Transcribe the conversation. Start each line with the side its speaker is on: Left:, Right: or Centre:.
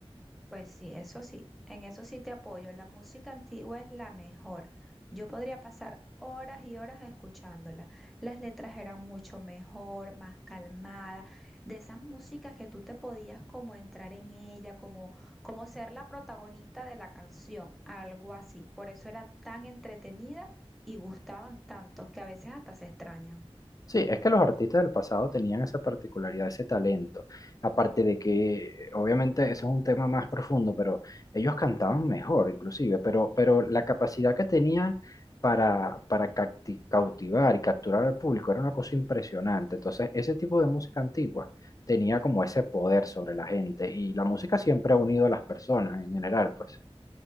Centre: Pues sí, eso sí, en eso sí te apoyo. La música antigua es la mejor. Yo podría pasar horas y horas escuchándola. Las letras eran mucho mejor, más calmadas, de esas músicas que tú te podías como entrar en ella, como, como ser la protagonista de la canción, algo así. Por eso eran tan entretenidas y gustaban tanto que a veces hasta se extrañan.
Left: Sí, es que los artistas del pasado tenían esa particularidad, ese talento. Aparte de que, obviamente, eso es un tema más profundo, pero ellos cantaban mejor, inclusive, pero, pero la capacidad que tenían para, para cauti- cautivar y capturar al público era una cosa impresionante. Entonces, ese tipo de música antigua tenía como ese poder sobre la gente y la música siempre ha unido a las personas en general, pues.